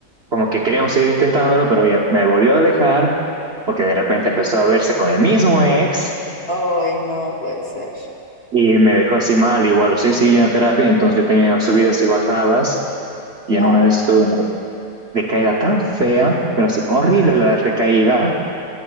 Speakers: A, on the right (about 45°); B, on the left (about 35°).
A: como que queríamos seguir intentándolo, pero ella me volvió a dejar porque de repente empezó a verse con el mismo ex
B: Ay, no puede ser.
A: y me dejó así mal, igual, o sea, yo seguía en terapia, entonces yo tenía subidas y bajadas y
B: Claro,
A: en una vez tuve una recaída tan fea, pero así horrible la recaída,